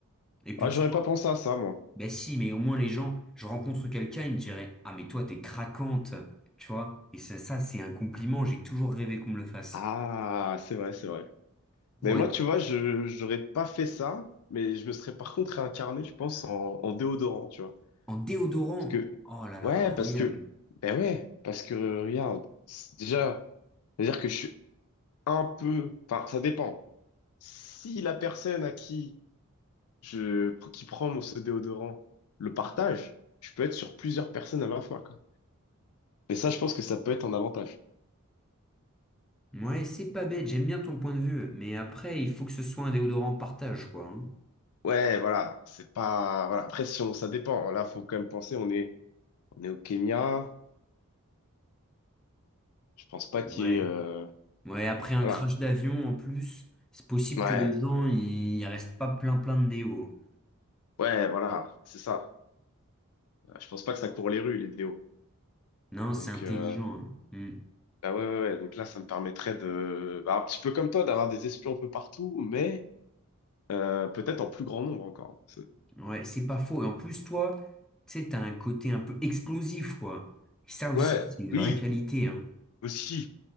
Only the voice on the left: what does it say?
Ah, j'aurais
pas pensé à ça, moi.
Ah, c'est vrai, c'est vrai.
Mais moi,
tu vois, je j'aurais pas fait ça, mais je me serais par contre réincarné, je pense, en, en déodorant, tu vois.
Parce que,
ouais,
parce que, ben ouais, parce que, regarde, c'est- déjà, c'est-à-dire que je suis un peu, enfin, ça dépend. Si la personne à qui je, qui prend mon ce déodorant le partage, je peux être sur plusieurs personnes à la fois, quoi. Et ça, je pense que ça peut être un avantage.
Ouais, voilà, c'est pas, voilà, après, si on- ça dépend. Là, faut quand même penser, on est, on est au Kenya. Je pense pas qu'il
y ait, euh,
voilà.
Ouais,
ouais, voilà, c'est ça. Euh, Je pense pas que ça court les rues, les déos.
Donc,
euh,
bah ouais, ouais, ouais. Donc là, ça me permettrait de, bah, un petit peu comme toi, d'avoir des espions un peu partout, mais Euh, peut-être en plus grand nombre encore. C'est-
Ouais,
oui,
aussi,